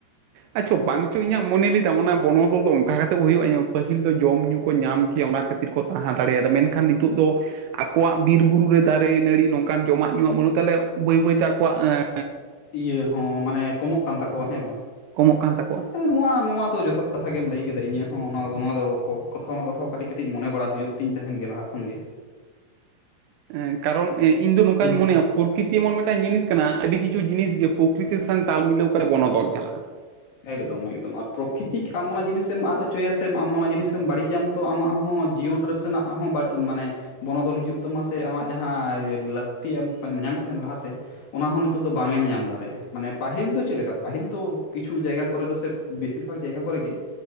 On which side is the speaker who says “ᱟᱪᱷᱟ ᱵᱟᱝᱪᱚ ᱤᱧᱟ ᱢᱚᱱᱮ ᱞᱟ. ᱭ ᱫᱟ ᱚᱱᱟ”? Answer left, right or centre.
Right